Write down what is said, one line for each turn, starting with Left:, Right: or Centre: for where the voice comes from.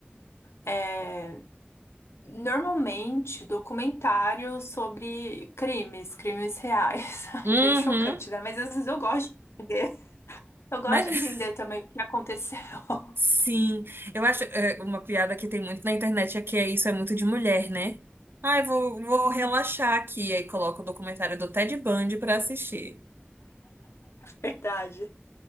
Left: é, normalmente, documentários sobre crimes, crimes reais. <laughs>
Right: Uhum.
Left: É meio chocante, né? Mas às vezes eu gosto de entender. Eu gosto
Right: Mas
Left: de entender também o que aconteceu, <laughs>
Right: Sim, eu acho é, uma piada que tem muito na internet é que é isso é muito de mulher, né? Ah, eu vou, vou relaxar aqui, aí coloca o documentário do Ted Bundy pra assistir.
Left: verdade.